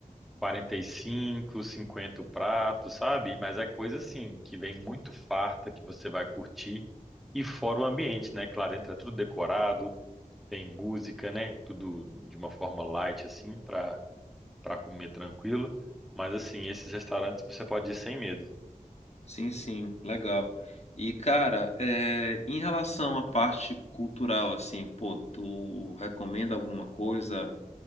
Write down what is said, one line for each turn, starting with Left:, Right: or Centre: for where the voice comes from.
Centre: 45, 50 o prato, sabe? Mas é coisa assim, que vem muito farta, que você vai curtir. E fora o ambiente, né? Claro, dentro é tudo decorado, tem música, né? Tudo de uma forma light, assim, para para comer tranquilo. Mas, assim, esses restaurantes você pode ir sem medo.
Left: Sim, sim, legal. E, cara, é, em relação à parte cultural, assim, pô, tu recomenda alguma coisa?